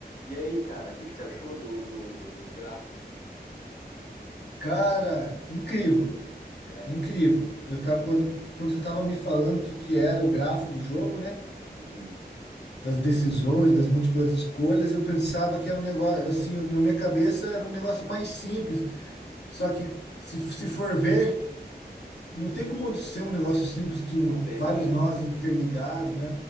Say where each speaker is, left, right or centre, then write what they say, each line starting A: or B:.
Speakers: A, on the left (about 55°); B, on the left (about 85°).
A: E aí, cara, o que que você achou do, do, do grafo?
B: Cara, incrível,
A: É,
B: incrível.
A: né?
B: Eu tava, quando, quando você tava me falando o que, que era o grafo do jogo, né?
A: Uhum.
B: Das decisões, das múltiplas escolhas, eu pensava que era um negócio, assim, na minha cabeça era um negócio mais simples. Só que se, se for ver. Não tem como ser um negócio simples que um,
A: Não tem,
B: vários
A: é,
B: nós
A: n-
B: interligados, né?